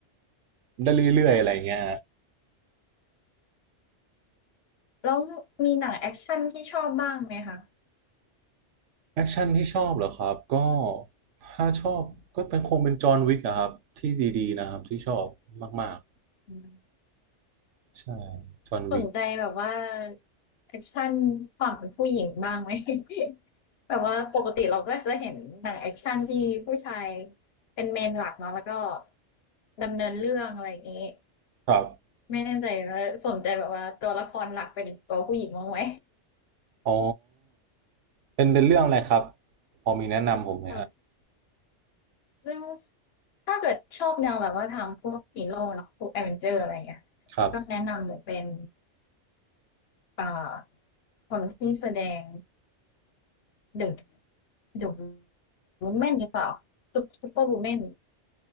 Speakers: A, on the right; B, on the left.
A: ได้เรื่อยๆอะไรเงี้ย
B: แล้วมีหนังแอคชั่นที่ชอบบ้างไหมคะ
A: แอคชั่นที่ชอบเหรอครับก็ถ้าชอบก็เป็นคงเป็นจอห์นวิกอะครับที่ดีๆนะครับที่ชอบมาก
B: อืม
A: ๆใช่จอห์นวิก
B: สนใจแบบว่าแอคชั่นฝั่งผู้หญิงบ้างไหม <laughs> แบบว่าปกติเราก็จะเห็นหนังแอคชั่นที่ผู้ชายเป็นเมนหลักเนาะแล้วก็ดำเนินเรื่องอะไรอย่างนี้
A: ครับ
B: ไม่แน่ใจว่าสนใจแบบว่าตัวละครหลักเป็นตัวผู้หญิงบ้างไหม
A: อ๋อเป็นเป็นเรื่องอะไรครับพอมีแนะนำผมไหมครับ
B: <laughs> เออเรื่องถ้าเกิดชอบแนวแบบว่าทางพวกฮีโร่เนาะพวกแอดเวนเจอร์อะไรเงี้ย
A: ครับ
B: ก็แนะนำเลยเป็นอ่าคนที่แสดง เดอะเดอะวูแมนหรือเปล่าซุปซุปเปอร์วูแมน